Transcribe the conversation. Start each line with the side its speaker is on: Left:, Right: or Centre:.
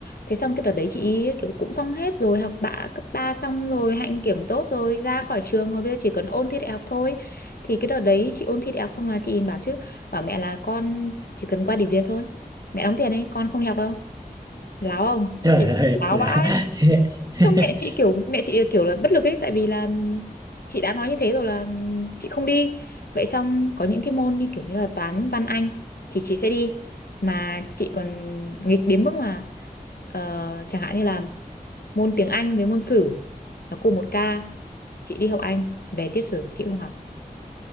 Left: thế xong cái đợt đấy chị ý kiểu cũng xong hết rồi học bạ cấp 3 xong rồi hạnh kiểm tốt rồi ra khỏi trường rồi bây giờ chỉ còn ôn thi đại học thôi thì cái đợt đấy chị ôn thi đại học xong là chị bảo chứ bảo mẹ là con chỉ cần qua điểm liệt thôi mẹ đóng tiền đấy con không đi học đâu láo không
Right: trời
Left: chị,
Right: ơi
Left: chị láo
Right: là
Left: vãi
Right: <laughs>
Left: xong mẹ chị kiểu mẹ chị kiểu là bất lực ấy tại vì là chị đã nói như thế rồi là chị không đi vậy xong có những cái môn như kiểu như là toán văn anh thì chị sẽ đi mà chị còn nghịch đến mức mà ờ, chẳng hạn như là môn tiếng Anh với môn sử nó cùng một ca chị đi học Anh về tiết sử chị không học